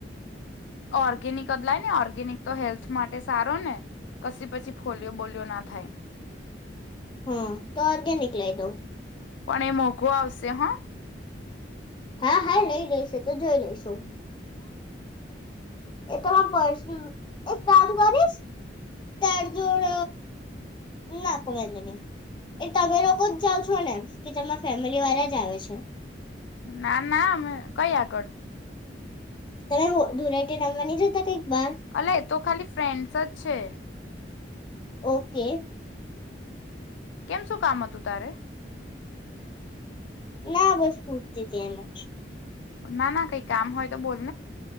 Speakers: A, on the left; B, on the left.
A: ઓર્ગેનિક બદલાય ને ઓર્ગેનિક તો હેલ્થ માટે સારો ને કશી પછી ફોલિયો બોલિયો ના થાય.
B: હમ્મ તો ઓર્ગેનિક લઈ દઉ.
A: પણ એ મોઘો આવશે હા.
B: હા હા લઈ લઈશ તો જોઈ લઈશું એ તમા પસ એક કામ કરીશ ત્યાર જોડ ના નહી એ તમે લોકો જ જાવ છો ને કે તમા ફેમિલી વાળા જ આવે છે.
A: ના ના અમે કઈ આગળ.
B: તમે દૂરેટે રમવા નની જતા બાર
A: અલા એ તો ખાલી ફ્રેન્ડ છે.
B: ઓકે.
A: કેમ શું કામ હતું તારે.
B: ના બસ પૂછતીતી એમજ.
A: ના ના કઈ કામ હોય તો બોલ?